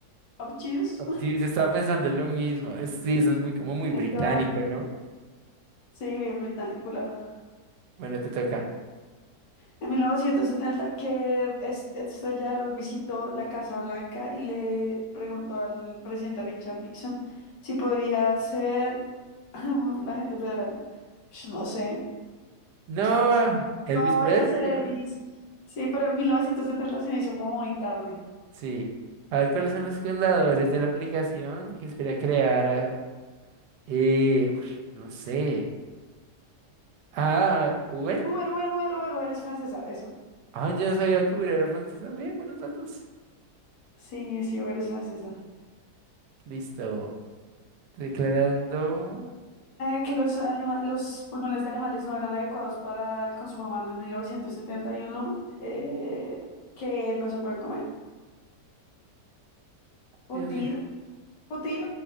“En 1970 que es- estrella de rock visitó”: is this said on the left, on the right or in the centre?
Left